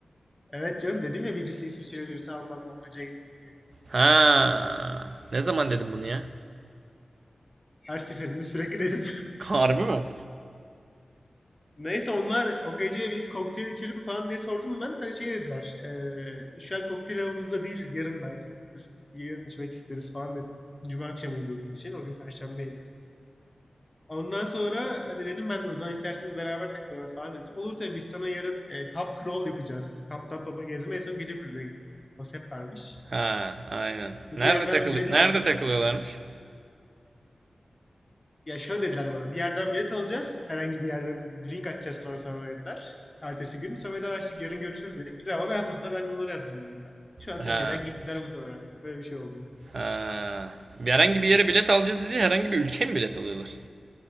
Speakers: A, on the left (about 25°); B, on the right (about 60°).
A: evet canım dedim ya birisi İsviçreli birisi Alman mı? Hadi Jade diye.
B: Ha. Ne zaman dedim bunu ya?
A: Her seferinde sürekli dedim
B: Harbi mi?
A: Neyse onlar o gece biz kokteyl içelim falan diye sordum ben. Hani şey dediler. eee, şu an kokteyl havamızda değiliz. Yarın belki yaparız. Yarın içmek isteriz falan dediler. Cuma akşamıydı o gün için. O gün Perşembeydi. Ondan sonra hani dedim ben de o zaman isterseniz beraber takılalım falan dedim. Olur tabii biz sana yarın e, pub crawl yapacağız. Pub'dan pub'a gezme en son gece kulübüne gitme gibi bir konsept varmış.
B: Ha, aynen.
A: İşte
B: Nerede
A: bir yerden
B: takılı
A: bilet al
B: nerede takılıyorlarmış?
A: Ya şöyle dediler bana. Bir yerden bilet alacağız. Herhangi bir yerden bir link açacağız sonra sana dediler. Ertesi gün. Sonra da açtık. Yarın görüşürüz dedik. Bir daha bana yazmadılar. Ben de onlara yazmadım bir daha. Şu an
B: Ha.
A: Türkiye'den gittiler muhtemelen. Böyle bir şey oldu.
B: Ha. Bir herhangi bir yere bilet alacağız dedi. Herhangi bir ülkeye mi bilet alıyorlar?